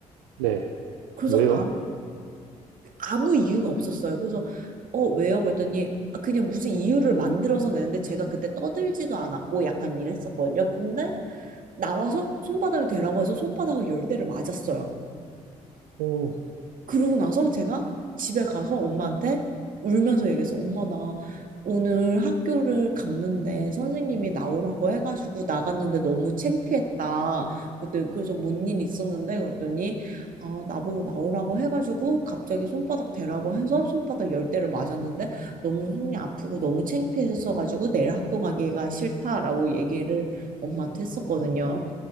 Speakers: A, on the right; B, on the right.
A: 네.
B: 그래서
A: 왜요?
B: 아, 아무 이유가 없었어요. 그래서 어, 왜요? 그랬더니 아, 그냥 무슨 이유를 만들어서 내는데 제가 그때 떠들지도 않았고 약간 이랬었거든요. 근데 나와서 손바닥을 대라고 해서 손바닥을 열 대를 맞았어요.
A: 오,
B: 그러고 나서 제가
A: 있-
B: 집에 가서 엄마한테 울면서 얘기했어. 엄마, 나 오늘 학교를 갔는데 선생님이 나오라고 해가지고 나갔는데 너무 창피했다. 그랬더니 그래서 뭔 일 있었는데 그랬더니 아, 나보고 나오라고 해가지고 갑자기 손바닥 대라고 해서 손바닥 열 대를 맞았는데 너무 손이 아프고 너무 창피했어가지고 내일 학교 가기가 싫다라고 얘기를 엄마한테 했었거든요.